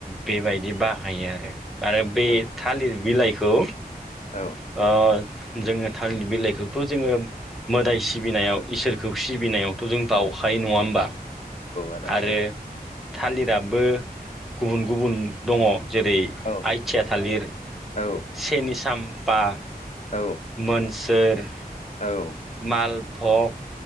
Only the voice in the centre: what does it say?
बेबाय। बि बाहायो आरो। आरो बे
थालिर बिलाइखौ।
खौ। <inaudible> जोङो थालिर बिलाइखौथ' जोङो मोदाय सिबिनायाव इसोरखौ सिबिनायाव। थ' जों बाउखायो
नङा होमबा।
आरो।
थालिराबो गुबुन गुबुन दङ‌। जेरै
आइथिया थालिर‌।
सेनिसाम बा
मोन थोर
माल भग